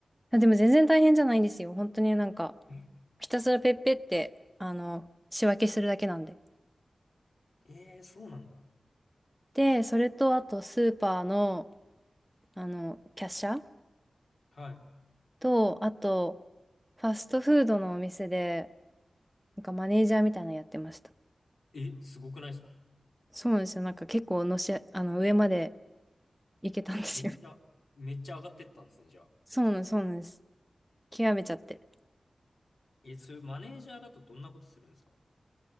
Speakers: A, in the centre; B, on the left.
A: あ、でも全然大変じゃないんですよ。本当になんか、
B: え、
A: ひたすらペッペって、あの、仕分けするだけなんで。
B: えー、そうなんだ。
A: で、それと、あと、スーパーの、あの、キャッシャー
B: は
A: と、あと、ファストフードのお店で、なんかマネージャーみたいなのやってました。
B: い。え、すごくないですか
A: そうなんですよ。なんか結構のし、あの、上まで行けたんですよ。
B: めっちゃ、めっちゃ上がってったんですね、じゃあ。
A: <laughs> そうなんです、そうなんです。極めちゃって。
B: え、えそれマネージャーだとどんなことするんですか